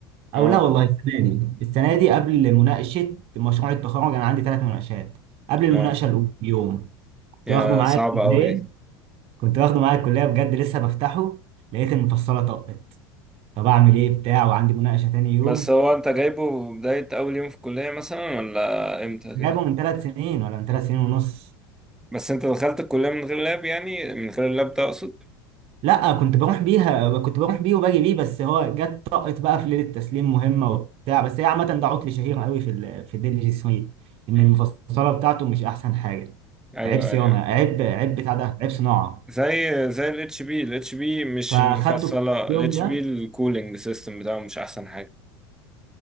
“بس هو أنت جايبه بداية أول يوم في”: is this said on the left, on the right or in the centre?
Centre